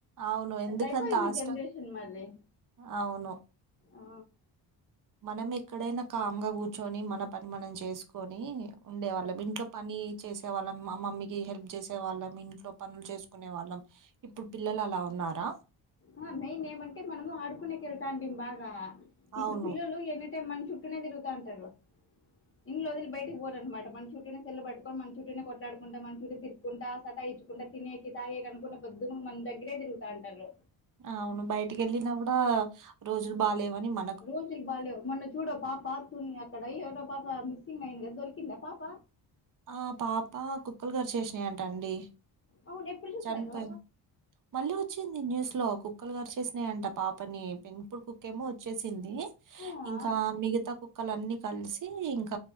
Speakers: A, on the right (about 45°); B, on the left (about 30°).
A: అవును ఎందుకంత
B: అట్లయిపోయింది
A: ఆష్టం
B: జెనరేషన్ మరి
A: అవును
B: ఆ
A: మనం ఎక్కడైనా కామ్ గా కూర్చొని మన పని మనం చేసుకొని ఉండే వాళ్ళం
B: అది
A: ఇంట్లో పని చేసే వాళ్ళం మ మమ్మీకి హెల్ప్ చేసే వాళ్ళం ఇంట్లో పనులు చేసుకునే వాళ్ళం ఇప్పుడు పిల్లలు అలా ఉన్నార
B: అహ మెయిన్ ఏమంటే మనము ఆడుకునేకి ఎల్తాంటిమి బాగ ఇప్పుడు
A: అవును
B: పిల్లలు ఏనే టే మన చుట్టూనే తిరుగుతాంటారు ఇండ్లు వదిలి బయటకి పోరనమాట. మన చుట్టు నే సెల్లు పట్టుకొని, మన చుట్టూనే కొట్లాడుకుంటా, మన చుట్టూ తి కుంట సతాయించకుంట తినేకి తాగేకి అనుకుంట పొద్దుమునుగు మన దగ్గరే తిరుగుతాంటారు.
A: అవును బయటికి ఎళ్ళినా కూడ రోజులు బాలేవని మ
B: రోజులు బాలేవ్ మొన్న చూడు పాప తునీ అక్కడ ఎవరో పాప మిస్సింగ్ అయింది కదా దొరికిందా పాప?
A: ఆ పాప కుక్కలు కరిచేసినాయంట అండి
B: అవును ఎప్పుడు చూసారు
A: చనిపోయిం మళ్ళీ వచ్చింది న్యూస్ లో కుక్కలు కరిచేసినాయంట పాపని, పెంపుడు కుక్కేమో వచ్చేసింది
B: అవునా
A: ఇంకా మిగతా కుక్కలన్ని కలిసి ఇంక